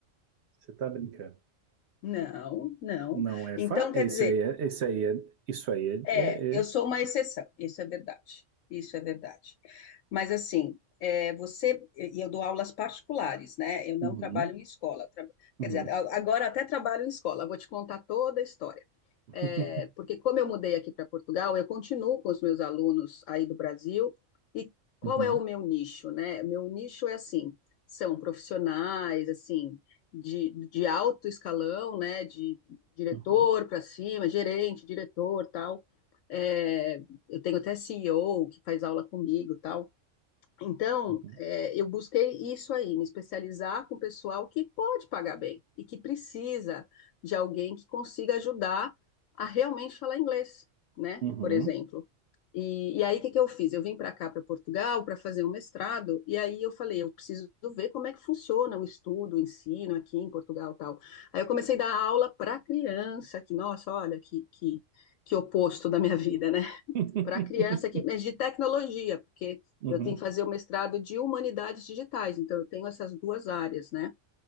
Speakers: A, on the right; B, on the left.
A: Você tá brincando.
B: Não, não.
A: Não é
B: Então,
A: fa...
B: quer
A: Esse
B: dizer,
A: aí é, esse aí é, isso aí é,
B: é,
A: é-
B: eu
A: é-
B: sou uma exceção. Isso é verdade. Isso é verdade. Mas assim, é, você e eu dou aulas particulares, né? Eu
A: Uhum,
B: não trabalho em escola. Tra-
A: uhum,
B: Quer dizer, a- agora até trabalho em escola. Vou te contar toda a história.
A: <laughs>
B: é, porque como eu mudei aqui para Portugal, eu continuo com os meus alunos aí do Brasil. E qual
A: uhum,
B: é o meu nicho, né? Meu nicho é assim, são profissionais, assim, de, de alto escalão, né? De diretor
A: uhum,
B: para cima, gerente, diretor, tal. É, eu tenho até CEO que faz aula comigo, tal. Então,
A: uhum,
B: é, eu busquei isso aí, me especializar com o pessoal que pode pagar bem e que precisa de alguém que consiga ajudar a realmente falar inglês, né?
A: uhum,
B: Por exemplo. E, e aí, o que, que eu fiz? Eu vim para cá, para Portugal, para fazer um mestrado, e aí eu falei, eu preciso ver como é que funciona o estudo, o ensino aqui em Portugal e tal. Aí eu comecei a dar aula para criança, que, nossa, olha, que, que, que oposto da minha vida, né?
A: <laughs>
B: para a criança aqui, mas de tecnologia, porque
A: uhum.
B: eu tenho que fazer o mestrado de humanidades digitais, então eu tenho essas duas áreas, né?